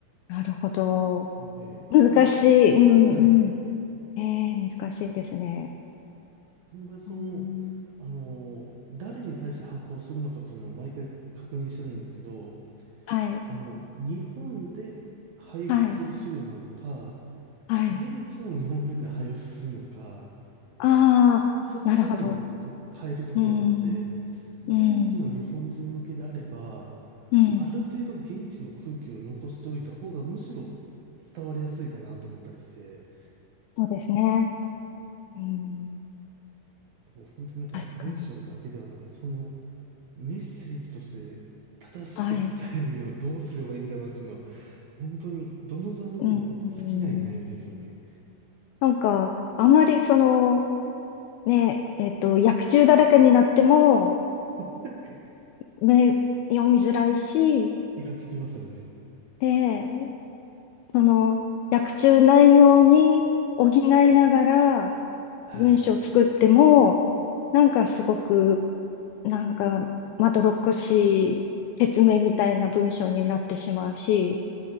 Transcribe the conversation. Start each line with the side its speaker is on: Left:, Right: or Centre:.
Left: あ、なるほど。
Right: <laughs> なので、
Left: 難しい。
Right: なんです。
Left: うん、
Right: はい。
Left: うん。ええ、難しいですね。
Right: この場合、その、
Left: うん、
Right: あの、誰に対して発行するのかっていうのを毎回確認してるんですけど、
Left: はい、
Right: あの、日本で配布する資料なのか、
Left: はい、はい。
Right: 現地の日本人で配布するのか、
Left: ああ、
Right: それによってもこう変えるところがあって、
Left: なるほど。うん、
Right: 現地の日本人向けであれば、
Left: うん、うん。
Right: ある程度現地の空気を残しておいた方がむしろ伝わりやすいかなと思ったりして、
Left: そうですね。うん、
Right: でも本当になんか文章だけではなく、
Left: 確かに。
Right: そのメッセージとして正しく伝えるにはどうすればいいんだろうっていうのは、
Left: はい。
Right: 本当にどのジャンルでも尽きない悩みですよね。
Left: うん、うんなんか、あまりその、ね、えっと、薬中だらけになっても、
Right: <laughs>
Left: 目、読みづらいし、
Right: 気が散りますよね。
Left: で、その、薬中内容に補いながら
Right: はい。
Left: 文章を作っても、なんかすごく、なんか、まどろっこしい説明みたいな文章になってしまうし、